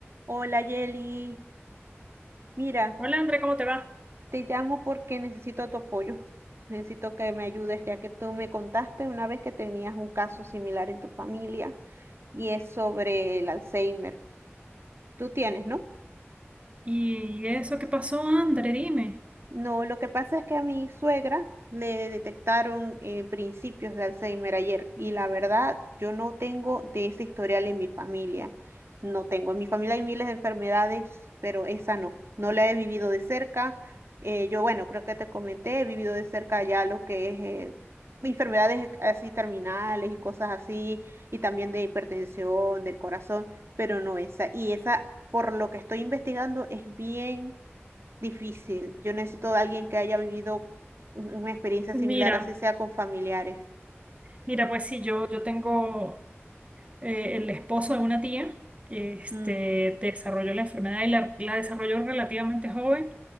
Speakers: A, on the right; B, on the right.
A: Hola Yeli, mira,
B: Hola André, ¿cómo te va?
A: te llamo porque necesito tu apoyo. Necesito que me ayudes ya que tú me contaste una vez que tenías un caso similar en tu familia y es sobre el Alzheimer. Tú tienes, ¿no?
B: ¿Y eso qué pasó, André? Dime.
A: No, lo que pasa es que a mi suegra le detectaron eh, principios de Alzheimer ayer y la verdad yo no tengo de ese historial en mi familia. No tengo. En mi familia hay miles de enfermedades, pero esa no. No la he vivido de cerca. Eh, yo, bueno, creo que te comenté, he vivido de cerca ya lo que es eh, enfermedades así terminales y cosas así, y también de hipertensión, del corazón, pero no esa. Y esa, por lo que estoy investigando, es bien Difícil. Yo necesito de alguien que haya vivido un- una experiencia similar,
B: Mira,
A: así sea con familiares.
B: mira, pues sí, yo, yo tengo eh, el esposo de una tía, este,
A: Mm.
B: desarrolló la enfermedad y la, la desarrolló relativamente joven.